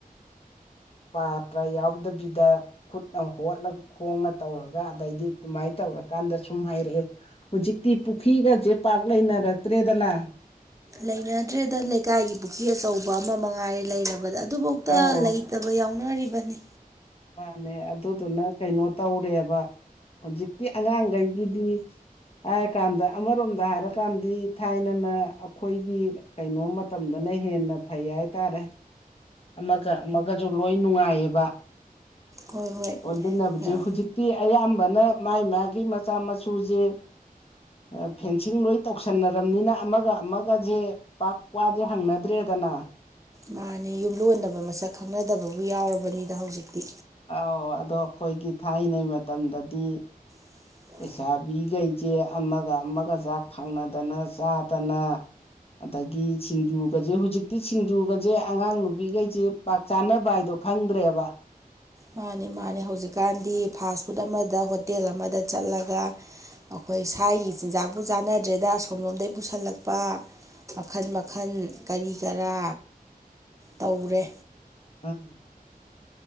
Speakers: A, on the left; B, on the right.
A: ꯄꯥꯇ꯭ꯔꯥ ꯌꯥꯎꯗꯕꯤꯗ ꯈꯨꯠꯅ ꯍꯣꯠꯂꯒ ꯈꯣꯡꯅ ꯇꯧꯔꯒ ꯑꯗꯩꯗꯤ ꯑꯗꯨꯃꯥꯏꯅ ꯇꯧꯔꯀꯥꯟꯗ ꯁꯨꯝ ꯍꯩꯔꯛꯑꯦ ꯍꯧꯖꯤꯛꯇꯤ ꯄꯨꯈ꯭ꯔꯤꯒꯁꯦ ꯄꯥꯛ ꯂꯩꯅꯔꯛꯇ꯭ꯔꯦꯗꯅ
B: ꯂꯩꯅꯗ꯭ꯔꯦꯗ ꯂꯩꯀꯥꯏꯒꯤ ꯄꯨꯈ꯭ ꯑꯆꯧꯕ ꯑꯃ ꯃꯉꯥꯏꯔꯦ ꯂꯩꯔꯕꯗ ꯑꯗꯨꯐꯥꯎꯗ
A: ꯑꯥꯎ
B: ꯂꯩ ꯇꯕ ꯌꯥꯎꯅꯔꯤꯕꯅꯤ
A: ꯃꯥꯅꯦ ꯑꯗꯨꯗꯨꯅ ꯀꯩꯅꯣ ꯇꯧꯔꯦꯕ ꯍꯧꯖꯤꯛꯀꯤ ꯑꯉꯥꯡꯒꯩꯒꯤꯗꯤ ꯍꯥꯏꯔ ꯀꯥꯟꯗ ꯑꯃꯔꯣꯝꯗ ꯍꯥꯏꯔꯀꯥꯟꯗꯤ ꯊꯥꯏꯅꯅ ꯑꯩꯈꯣꯏꯒꯤ ꯀꯩꯅꯣ ꯃꯇꯝꯗꯅ ꯍꯦꯟꯅ ꯐꯩ ꯍꯥꯏꯇꯥꯔꯦ ꯑꯃꯒ ꯑꯃꯒꯁꯨ ꯂꯣꯏ ꯅꯨꯡꯉꯥꯏꯌꯦꯕ
B: ꯍꯣꯏ ꯍꯣꯏ
A: ꯑꯣꯟꯗꯨꯟꯅꯕꯖꯦ
B: ꯌꯥꯝ
A: ꯍꯧꯖꯤꯛꯇꯤ ꯑꯌꯥꯝꯕꯅ ꯃꯥꯏ ꯃꯥꯒꯤ ꯃꯆꯥ ꯃꯁꯨꯖꯦ ꯑ ꯐꯦꯟꯁꯤꯡ ꯂꯣꯏ ꯇꯧꯁꯟꯅꯔꯝꯅꯤꯅ ꯑꯃꯒ ꯑꯃꯒꯁꯦ ꯄꯥꯛ ꯋꯥꯁꯦ ꯍꯪꯅꯗ꯭ꯔꯦꯗꯅ
B: ꯃꯥꯅꯦ ꯌꯨꯝꯂꯣꯟꯅꯕ ꯃꯁꯛ ꯈꯪꯅꯗꯕꯕꯨ ꯌꯥꯎꯔꯕꯅꯤꯗ ꯍꯧꯖꯤꯛꯇꯤ
A: ꯑꯧ ꯑꯗꯣ ꯑꯈꯣꯏꯒꯤ ꯊꯥꯏꯅꯒꯤ ꯃꯇꯝꯗꯗꯤ
B: ꯍ
A: ꯂꯩꯁꯥꯕꯤꯈꯩꯁꯦ ꯑꯃꯒ ꯑꯃꯒ ꯆꯥꯛ ꯐꯪꯅꯗꯅ ꯆꯥꯗꯅ ꯑꯗꯒꯤ ꯁꯤꯡꯖꯨꯒꯁꯦ ꯍꯧꯖꯤꯛꯇꯤ ꯁꯤꯡꯖꯨꯒꯁꯦ ꯑꯉꯥꯡ ꯅꯨꯕꯤꯒꯩꯁꯦ ꯄꯥꯛ ꯆꯥꯅꯕ ꯍꯥꯏꯗꯣ ꯈꯪꯗ꯭ꯔꯦꯕ
B: ꯃꯥꯅꯦ ꯃꯥꯅꯦ ꯍꯧꯖꯤꯛꯀꯥꯟꯗꯤ ꯐꯥꯁ ꯐꯨꯗ ꯑꯃꯗ ꯍꯣꯇꯦꯜ ꯑꯃꯗ ꯆꯠꯂꯒ ꯑꯈꯣꯏ ꯁꯥꯏꯒꯤ ꯆꯤꯟꯖꯥꯛꯄꯨ ꯆꯥꯅꯗ꯭ꯔꯦꯗ ꯑꯁꯣꯝꯂꯣꯝꯗꯒꯤ ꯄꯨꯁꯜꯂꯛꯄ ꯃꯈꯟ ꯃꯈꯟ ꯀꯔꯤ ꯀꯔꯥ ꯇꯧꯔꯦ
A: ꯑꯥꯝ